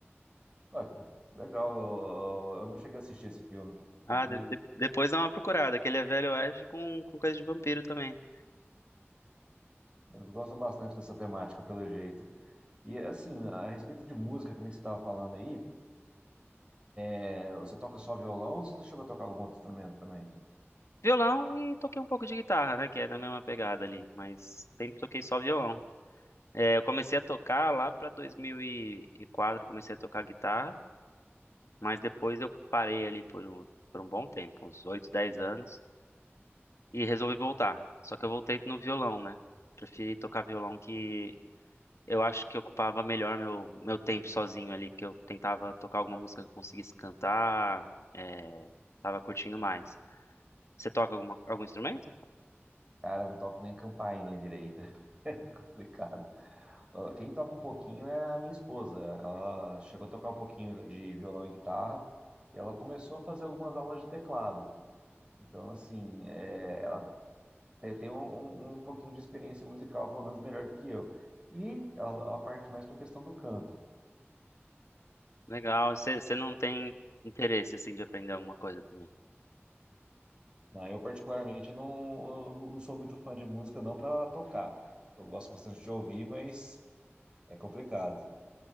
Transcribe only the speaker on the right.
Ué, pô, legal, eu, eu não cheguei a assistir esse filme.
Tem que
ver.
Eles gostam bastante dessa temática, pelo jeito. E assim, a respeito de música, que nem você estava falando aí, é, você toca só violão ou você chegou a tocar algum outro instrumento também?
Cara, eu não toco nem campainha direita. <laughs> É complicado. Ó, Quem toca um pouquinho é a minha esposa. Ela chegou a tocar um pouquinho de violão e guitarra e ela começou a fazer algumas aulas de teclado. Então, assim, é, ela te- tem um, um- um pouquinho de experiência musical, pelo menos melhor do que eu. E ela, ela parte mais para a questão do canto.
Ah, eu, particularmente, eu não, eu não sou muito fã de música, não para tocar. Eu gosto bastante de ouvir, mas é complicado.